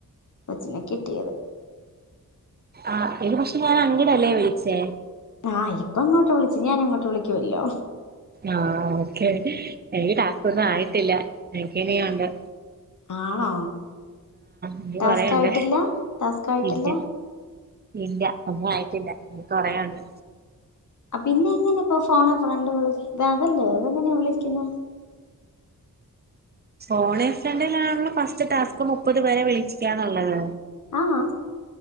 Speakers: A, on the left (about 60°); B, on the right (about 30°).
A: കൊച്ചിനെ കിട്ടിയത്.
B: ആ ഇത് പക്ഷെ ഞാൻ അങ്ങിടല്ലേ വിളിച്ചേ?
A: ആ ഇപ്പ ഇങ്ങോട്ട് വിളിച്ചു ഞാൻ അങ്ങോട്ട് വിളിക്കുവല്ലോ.
B: ആഹ ഓക്കെ എനിക്ട്ടാസ്കൊ ന്നും ആയിട്ടില്ല എനിക്ക്നി വാണ്ട
A: ആണോ
B: ഇനി
A: ടാസ്ക്
B: കൊറേയുണ്ട്
A: ആയിട്ടില്ല ടാസ്ക് ആയിട്ടില്ല
B: ഇല്ല ഇല്ല ഒന്നും ആയിട്ടില്ല കൊറേയുണ്ട്
A: പിന്നെ എങ്ങനെ ഇപ്പൊ ഫോണെഫ്രണ്ട് വിളി ഇത് അതല്ലേ അത എങ്ങനെ വിളിക്കുന്ന
B: ഫോണേ ഫ്രണ്ടിലാണലോ ഫസ്റ്റ് ടാസ്ക് മുപ്പത് പേരെ വിളിച്ചിക്കാന്നുള്ളത്
A: ആഹ